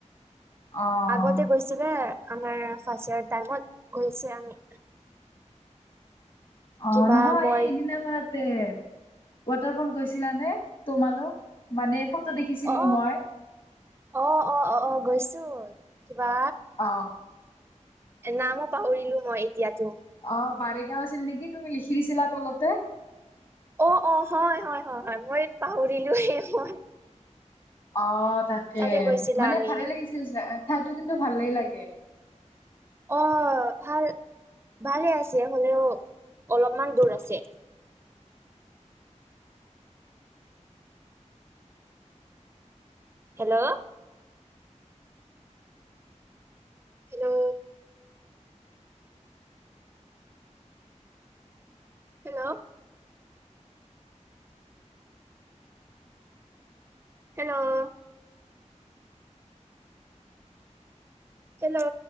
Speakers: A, on the left; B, on the right.
A: অ',
B: আগতে গৈছিলে আমাৰ ফাৰ্ষ্ট ইয়াৰ টাইমত গৈছে আমি
A: অ
B: কিবা
A: নহয়
B: মই
A: এদিনা মান তে ৱাটাৰ ফল গৈছিলা নে তোমালোক মানে দেখিছিলো
B: অ
A: মই।
B: অ অ অ অ গৈছো কিবা
A: অ
B: নামো পাহৰিলো মই এতিয়াতো।
A: অ বাৰেগাও আছিল নেকি তুমি লিখি দিছিলা তলতে
B: অ অ হয় হয় হয় হয় মই পাহৰিলো মই
A: অ তাকে
B: তাতে গৈছিলা
A: মানে
B: আমি
A: ভালে লাগিছিল ঠাইো কিন্তু ভালেই লাগে
B: অ ভাল। ভালে আছে হ'লেও অলপমান দূৰ আছে। Hello hello hello hello hello